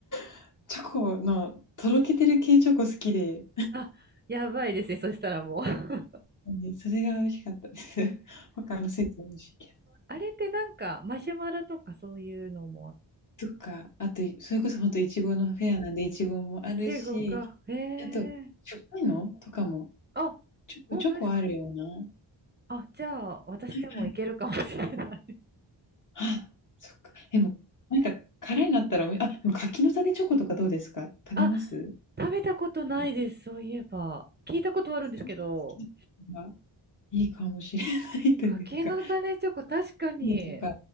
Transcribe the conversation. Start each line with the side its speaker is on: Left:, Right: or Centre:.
Left: <laughs> チョコのとろけてる系チョコ好きで、
Right: <laughs> あ、やばいですね。そしたらもう。<laughs>
Left: ほんとにそれが美味しかったです。<laughs> 他のスイーツも美味しいけ
Right: あれってなんか、マシュマロとかそういうのもあ、
Left: ど。とか、あと、それこそほんといちごのフェアなんでいちごもあるし、
Right: いちごが。へ
Left: あと、
Right: え。
Left: しょっぱいのとかも、
Right: あ、
Left: ちょこちょこあるような。
Right: 本当ですか。
Left: は
Right: あ、じゃあ、私でもいけるかもしれない。
Left: いはい。あ、そっか。でも、なんか辛いのあったら、おみあ、でも柿の種チョコとかどうですか？
Right: <laughs>
Left: 食べます？
Right: あ、食べたことないです。そういえば。聞いたことはあるんですけど、
Left: それ好きです。今いいかもしれないというか、
Right: 柿の種チョコ、確かに。
Left: ムとか、